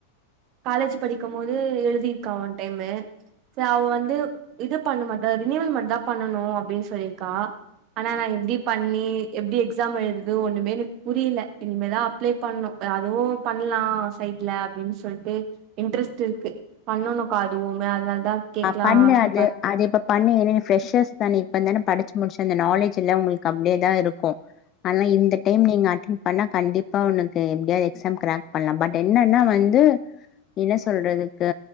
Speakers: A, on the right; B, on the left.
A: காலேஜ் படிக்கும் போது எழுதிருக்கா ஒன் டைமு செரி அவ வந்து இது பண்ண மாட்டா ரினிவல் மட்டுந்தா பண்ணனோ அப்டின்னு சொல்லியிருக்கா ஆனா நா எப்டி பண்ணி எப்டி எக்ஸாம் எழுதுது ஒண்ணுமே எனக் புரியுல இனிமேதா அப்ளே பண்ணணோ அதுவு பண்லா சைட்ல அப்டீன்னு சொல்ட்டு இன்ட்ரெஸ்ட் இருக்கு பண்ணனுகா எதுவுமே அதனால தா கேக்லா
B: ஆ பண்ணு
A: அப்டின்னு
B: அது
A: பாத்
B: அது இப்ப பண்ணி ஏன்னா ஃப்ரெஷர்ஸ் தானே இப்பந்தானே படிச்சு முடிச்சு அந்த நாலேஜ் எல்லா உங்குளுக்கு அப்டியேதா இருக்கோ ஆனா இந்த டைம் நீங்க அட்டென் பன்னா கண்டிப்பா உனக்கு எப்டியாவது எக்ஸாம் கிராக் பண்ணலா பட் என்னன்னா வந்து என்ன சொல்றதுக்கு